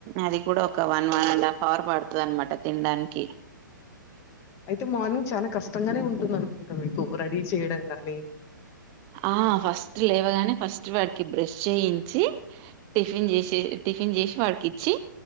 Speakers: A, on the right (about 25°); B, on the left (about 25°).
A: అది కూడా ఒక one one and half hour పడుతుంది అనమాట తినడానికి
B: అయితే మార్నింగ్ చాలా కష్టంగానే ఉంటుంది అనుకుంటా మీకు రెడీ చేయడం గాని
A: ఆ ఫస్ట్ లేవగానే ఫస్ట్ వాడికి బ్రష్ చేయించి టిఫిన్ చేసే టిఫిన్ చేసి వాడికి ఇచ్చి